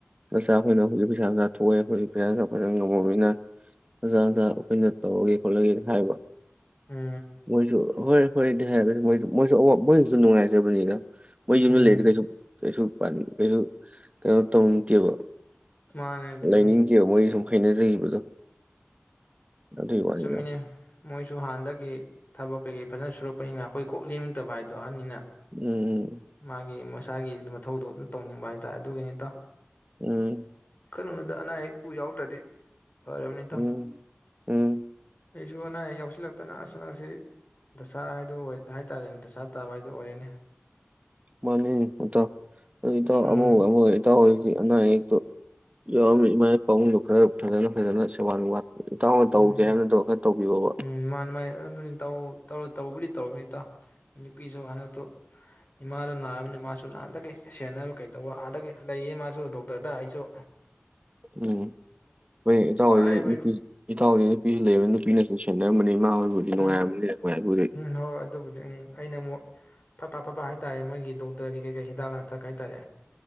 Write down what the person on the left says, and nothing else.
ꯎꯝ
ꯎꯝ
ꯃꯥꯅꯦ ꯆꯨꯝꯃꯤ
ꯃꯅꯤ ꯃꯣꯏꯁꯨ ꯍꯥꯟꯅꯗꯒꯤ ꯊꯕꯛ ꯀꯩꯀꯩ ꯐꯖꯅ ꯁꯨꯔꯛꯄꯅꯤꯅ ꯑꯩꯈꯣꯏ ꯀꯣꯛ ꯂꯦꯝꯅꯤꯡꯗꯕ ꯍꯥꯗꯣ꯫ ꯑꯍꯟꯅꯤꯅ
ꯃꯥꯒꯤ ꯃꯁꯨ ꯃꯁꯥꯒꯤ ꯃꯊꯧꯗꯣ ꯑꯗꯨꯝ ꯇꯧꯅꯤꯡꯕ ꯍꯥꯏꯇꯥꯔꯦ ꯑꯗꯨꯒꯤꯅꯤꯇ
ꯅꯨꯗ ꯑꯅꯥꯌꯦꯛꯛ ꯄꯨ ꯌꯥꯔꯛꯇꯔꯗꯤ ꯐꯔ ꯅꯤ ꯏꯇꯥꯎ
ꯑꯩꯁꯨ ꯑꯅꯥ ꯑꯌꯦꯛ ꯌꯥꯎꯁꯤꯜꯂꯛꯇꯅ ꯍꯟꯗꯛꯁꯤ ꯗꯁꯥ ꯍꯥꯏꯗꯣ ꯍꯥꯏꯇꯥꯔꯦꯅꯦ ꯗꯁꯥ ꯇꯥꯕ ꯍꯥꯏꯗꯣ ꯑꯣꯏꯔꯦꯅꯦ꯫
ꯎꯝ
ꯎꯝ
ꯎꯝ ꯃꯥꯅꯤ ꯃꯥꯅꯤ ꯑꯗꯨꯅꯤ ꯏꯇꯥꯎ ꯇꯧꯕꯨꯗꯤ ꯇꯧꯔꯤꯅꯤ ꯏꯇꯥꯎ ꯅꯨꯄꯤꯁꯨ ꯍꯟꯗꯛꯇꯣ꯫ ꯏꯃꯥꯗꯣ ꯅꯥꯔꯃꯤꯅꯤ ꯃꯥꯁꯨ ꯂꯅꯥꯥꯟꯗꯒꯤ꯫ ꯁꯦꯟꯅ ꯀꯩ꯫ ꯇꯕ ꯑꯥꯗ ꯂꯩꯌꯦ ꯃꯥꯁꯨ ꯗꯨꯝ <unintelligible>
ꯋꯥꯔꯦꯕ
ꯏꯕꯨ
ꯎꯝ
ꯎꯝ ꯍꯣꯏ ꯑꯗꯨꯕꯨꯗꯤ ꯎꯝ ꯑꯩꯅ ꯑꯃꯨꯛ ꯐꯠꯐꯥ ꯐꯠꯐꯥ ꯍꯥꯏꯇꯥꯔꯦ ꯃꯣꯏꯒꯤ ꯗꯣꯛꯇꯔꯒꯤ ꯀꯩ ꯀꯩ ꯍꯤꯗꯥꯛ ꯂꯥꯡꯊꯛ ꯍꯥꯏꯇꯥꯔꯦ